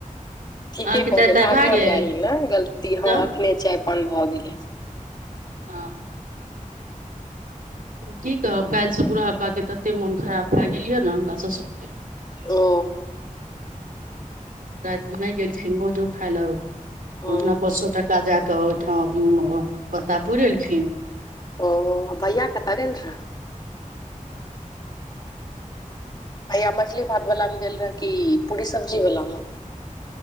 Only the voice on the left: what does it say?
ठीके
कहलियै
लागना
चाही ने गलती हँ
अखने चाय पान भऽ गेलै
ओ
ओ
ओ भैया कत गेल रहऽ भैया मछली भात वाला मे गेल रहे क पूरी सब्जी वाला मे